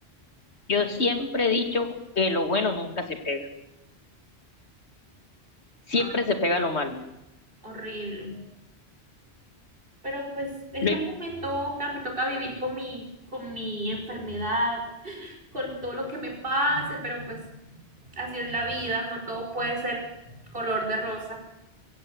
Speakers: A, on the left; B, on the right.
A: yo siempre he dicho que lo bueno nunca se pega, siempre
B: Ay,
A: se pega lo malo.
B: horrible. Pero pues es
A: Lo
B: lo que me toca, me toca vivir con mi, con mi enfermedad, con todo lo que me pase, pero pues así es la vida, no todo puede ser color de rosa.